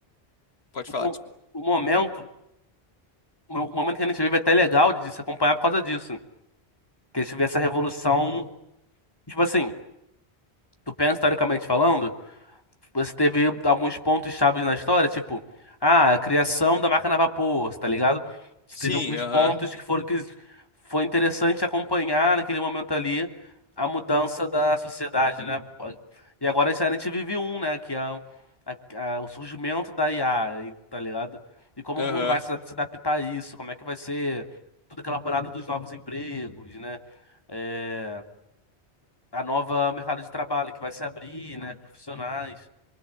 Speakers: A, on the left; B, on the left.
A: pode
B: o,
A: falar,
B: mo-
A: desculpa.
B: o momento o o momento que a gente vive é até legal de se acompanhar por causa disso. Que a gente vê essa revolução, tipo assim, tu pensa historicamente falando. Você teve alguns pontos chaves na história, tipo, ah, a criação da máquina a vapor, tá ligado? Você
A: Sim,
B: teve alguns
A: aham,
B: pontos que foram que foi interessante acompanhar naquele momento ali a mudança da sociedade, né? E agora a gente vive um, né? Que é a- a- o surgimento da IA, e- tá ligado? E como
A: aham.
B: o mundo vai se se adaptar a isso, como é que vai ser toda aquela parada dos novos empregos, né? É, a nova mercado de trabalho que vai se abrir, né? Profissionais.